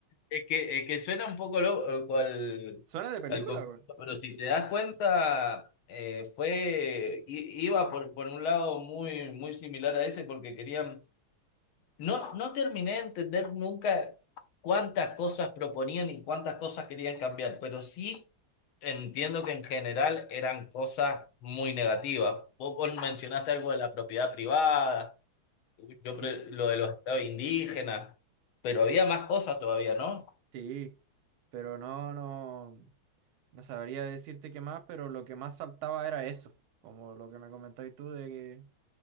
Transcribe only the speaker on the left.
Es que, es que suena un poco loco al,
al conflicto,
pero si te das cuenta, eh, fue, i- iba por, por un lado muy, muy similar a ese porque querían No, no terminé de entender nunca cuántas cosas proponían y cuántas cosas querían cambiar, pero sí entiendo que en general eran cosas muy negativas. Vos, vos mencionaste algo de la propiedad privada, yo
pre- lo de los estados indígenas, pero había más cosas todavía, ¿no?